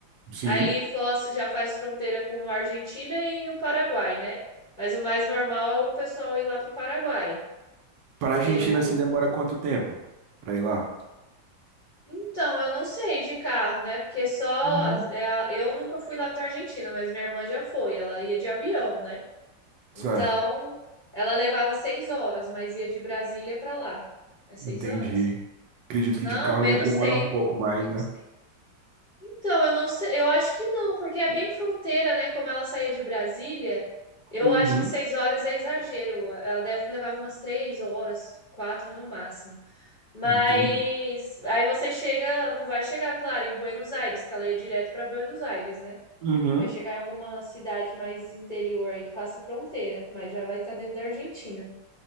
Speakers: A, on the right (about 75°); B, on the left (about 35°).
A: Sim.
B: Ali Foz já faz fronteira com a Argentina e o Paraguai, né? Mas o mais normal é o pessoal ir lá pro Paraguai que
A: Para
B: tem
A: Argentina
B: o.
A: assim demora quanto tempo pra ir lá?
B: Então, eu não sei de carro, né? Porque só.
A: Uhum.
B: as- é a- Eu nunca fui lá pra Argentina, mas minha irmã já foi. Ela ia de avião, né? Então,
A: Certo.
B: ela levava seis horas, mas ia de Brasília pra lá. É seis
A: Entendi.
B: horas?
A: Acredito
B: Não,
A: que de carro
B: menos
A: deve demorar
B: tempo.
A: um pouco mais,
B: Menos
A: né?
B: tempo. Então, eu não sei. Eu acho que não, porque é bem fronteira, né? Como ela saía de Brasília, eu
A: Uhum.
B: acho que seis horas é exagero. Ela deve levar umas três horas, quatro no máximo. Mas
A: Entendi.
B: aí você chega, não vai chegar, claro, em Buenos Aires, que ela ia direto para Buenos Aires, né?
A: Uhum.
B: Vai chegar em alguma cidade mais interior aí que faça fronteira, mas já vai estar dentro da Argentina.